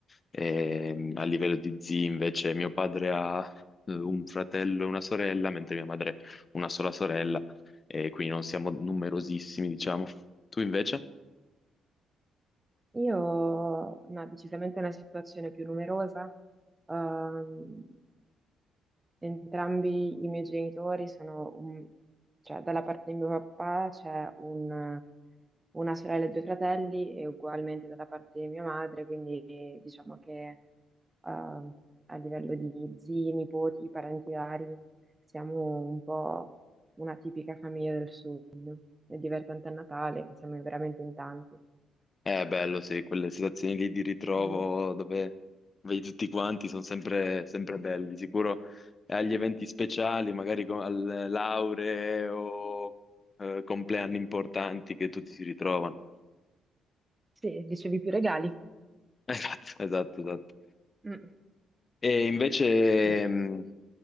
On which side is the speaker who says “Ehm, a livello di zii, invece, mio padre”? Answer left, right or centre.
Left